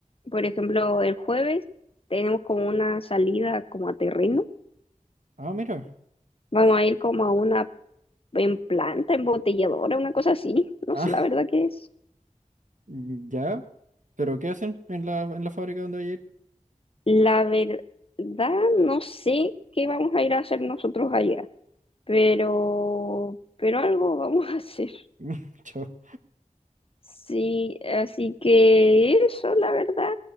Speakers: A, on the left; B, on the right.
A: por ejemplo, el jueves tenemos como una salida como a terreno.
B: Ah, mira.
A: Vamos a ir como a una en planta embotelladora, una cosa así. No
B: Ah,
A: sé la verdad que es.
B: <laughs> ya. ¿Pero qué hacen en la, en la fábrica donde ayer?
A: La verdad, no sé qué vamos a ir a hacer nosotros allá, pero, pero algo vamos a hacer.
B: <laughs> Chao.
A: Sí, así que eso, la verdad.